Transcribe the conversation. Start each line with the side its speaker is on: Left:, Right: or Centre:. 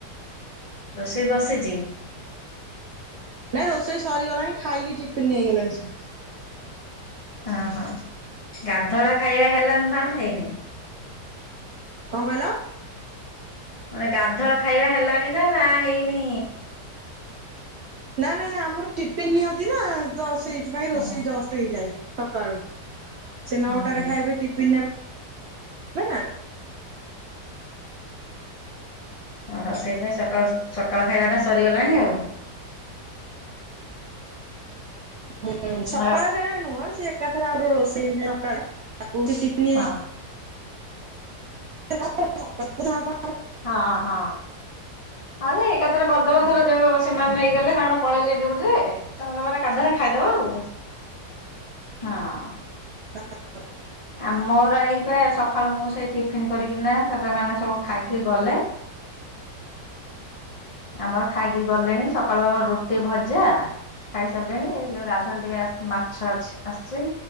Left: ରୋଷେଇ ବସିଚି?
Right: ନାଇଁ ରୋଷେଇ ସରିଗଲାଣି ଖାଇକି ଟିଫିନ ନେଇଗଲେଣି ସବୁ।
Left: ଅ ହଁ ଗାଧୁଆ ବେଳ ଖାଇବା ହେଲାଣି ନା ହେଇନି?
Right: କଣ କହିଲ?
Left: ମାନେ ଗାଧୁଆ ବେଳ ଖାଇବା ହେଲାଣି ନା ନା ହେଇନି?
Right: ନା ନା ନା ଆମର ଟିଫିନ ନିଅନ୍ତି ନା ତ ସେଇଥିପାଇଁ ରୋଷେଇ
Left: ହଁ
Right: ଜଷ୍ଟ ହେଇଯାଏ ସକାଳୁ। ସେ ନଅଟାରେ
Left: ହୁଁ।
Right: ଖାଇବେ ଟିଫିନ ନେବେ ନା
Left: ଓହୋ ସେଇଥିପାଇଁ ସକାଳୁ ସକାଳ ଖାଇବା ଟା ସରିଗଲାଣି ଆଉ।
Right: ହୁଁ ସକାଳେ
Left: ଆଉ
Right: ଯାଏ ନୁହଁ। ସିଏ ଏକାଥରେ ଆମର ରୋଷେଇ ହୁଏ ସକାଳେ। ତାଙ୍କୁ ଟିଫିନ
Left: ହଁ
Right: ଏଇ <unintelligible>
Left: ହଁ ହଁ। ହଁ ସେ ଏକାଥରେ କରିଦବ ଥରେ ଯୋଉ ସେମାନେ ନେଇଗଲେ ତାଙ୍କର ପଳେଇଲେ ଡ଼ିଉ ରେ ତମେ ତମର ଗାଧୁଆ ବେଳେ ଖାଇଦବ ଆଉ ହଁ।
Right: <unintelligible>
Left: ଆମର ଏଇପା ସକାଳୁ ମୁଁ ସେଇ ଟିଫିନ୍ କରିକିନା <unintelligible> ମାନେ ସବୁ ଖାଇକି ଗଲେ।
Right: <inaudible>
Left: ଆମର ଖାଇକି ଗଲେଣି ସକାଳୁ ଆମର ରୁଟି ଭଜା ଖାଇସାରିଲେଣି ଏଇ ଯୋଉ ଗାଧୁଆ ବେଳେ ଟିକେ ଆସିଛି ମାଛ ଅଛି ଆସିଛି।